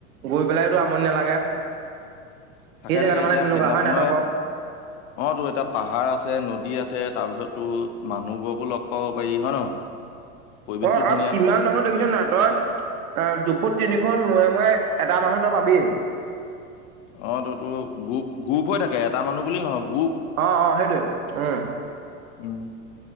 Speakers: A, on the right; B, on the left.
A: গৈ পেলাইতো আমনি নালাগে। <inaudible>
B: থাকে,
A: সেই জেগাটো
B: থাকে, এতিয়া
A: মানে তেনেকুৱা
B: সিদিনাখই
A: হয় নাই তই ক
B: অ, তো, এতিয়া পাহাৰ আছে নদী আছে তাৰপিছত টো মানুহবোৰকো লগ পাব পাৰি হয়, নহয়। পৰিৱেশটো
A: অ', অ',
B: ধুনীয়া
A: কিমান মানুহ দোগিছে ন, তই দুফট, তিনি ফুট। ময় মই এটা মানুহ ত, পাবি।
B: অ, ততো গ্ৰুপ গ্ৰুপ হৈ থাকে। এটা মানুহ বুলি নহওক।
A: আহ, অ, হেইৰি উম।
B: উম